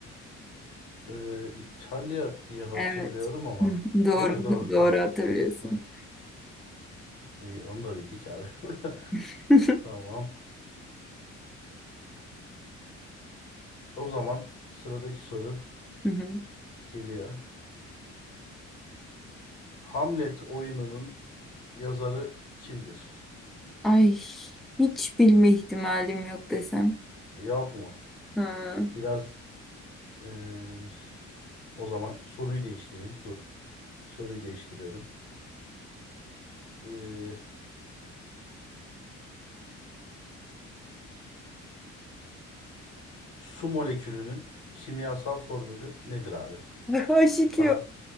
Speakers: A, on the left (about 85°); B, in the centre.
A: Ee, İtalya diye hatırlıyorum
B: Evet.
A: ama.
B: <laughs> Doğru,
A: Değil mi? Doğru. Ha.
B: doğru hatırlıyorsun.
A: Ha, iyi, onu da bildik abi.
B: <laughs>
A: <laughs> Tamam. O zaman sıradaki soru
B: Hı hı.
A: geliyor. Hamlet oyununun yazarı kimdir?
B: Ay, hiç bilme ihtimalim yok desem.
A: Yok mu?
B: Ha.
A: Biraz eee, o zaman soruyu değiştireyim. Dur. Soruyu değiştiriyorum. Eee, su molekülünün kimyasal formülü nedir abi?
B: <laughs> Aşık
A: Daha.
B: yok.